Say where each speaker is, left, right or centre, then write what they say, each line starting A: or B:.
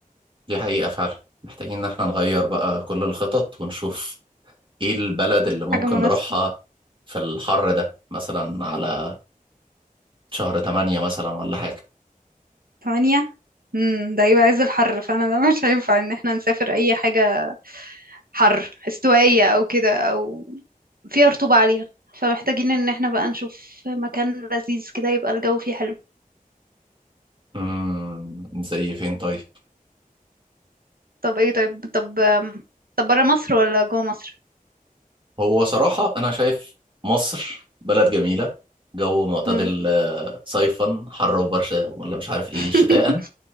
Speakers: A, on the right; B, on the right.
A: دي حقيقة فعلا محتاجين ان احنا نغير بقى كل الخطط ونشوف ايه البلد اللي ممكن
B: حاجه مناسبه
A: نروحها في الحر ده مثلا على شهر تمانية مثلا ولا حاجة
B: ثمانية امم ده هيبقى عز الحر فانا ده مش هينفع ان احنا نسافر اي حاجه حر استوائيه او كده او فيها رطوبه عاليه فمحتاجين ان احنا بقى نشوف مكان لذيذ كده يبقى الجو فيه حلو
A: امم زي فين طيب؟
B: طب ايه طيب طب طب بره مصر ولا جوه مصر
A: هو صراحة انا شايف مصر بلد جميلة جو معتدل
B: امم
A: آه، صيفا حر وبرشا ولا مش عارف ايه شتاء
B: <laughs>